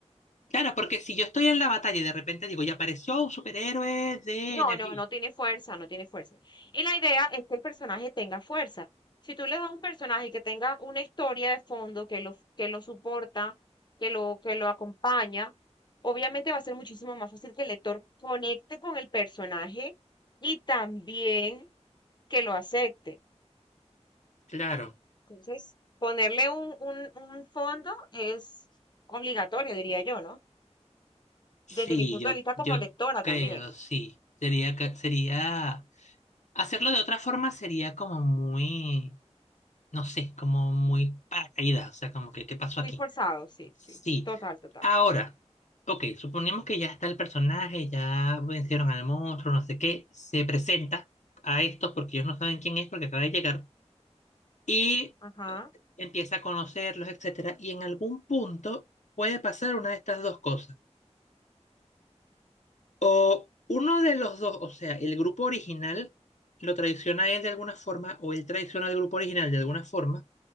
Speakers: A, on the left (about 85°); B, on the left (about 40°).
A: Claro, porque si yo estoy en la batalla y de repente digo, ya apareció un superhéroe de
B: No,
A: energía.
B: no, no tiene fuerza, no tiene fuerza. Y la idea es que el personaje tenga fuerza. Si tú le das a un personaje que tenga una historia de fondo, que lo, que lo soporta, que lo, que lo acompaña, obviamente va a ser muchísimo más fácil que el lector conecte con el personaje y también que lo acepte.
A: Claro,
B: Entonces, ponerle un, un, un fondo es obligatorio, diría yo, ¿no?
A: sí,
B: Desde mi punto
A: yo,
B: de vista como
A: yo
B: lectora
A: creo,
B: también.
A: sí. Sería, que- sería, hacerlo de otra forma sería como muy, no sé, como muy paracaídas, o sea, como que, ¿qué pasó
B: Muy
A: aquí?
B: forzado, sí,
A: Sí.
B: sí. Total, total.
A: Ahora, ok, suponemos que ya está el personaje, ya vencieron al monstruo, no sé qué, se presenta a estos porque ellos no saben quién es porque acaba de llegar y
B: Ajá.
A: empieza a conocerlos, etcétera, y en algún punto puede pasar una de estas dos cosas. O uno de los dos, o sea, el grupo original lo traiciona a él de alguna forma o él traiciona al grupo original de alguna forma.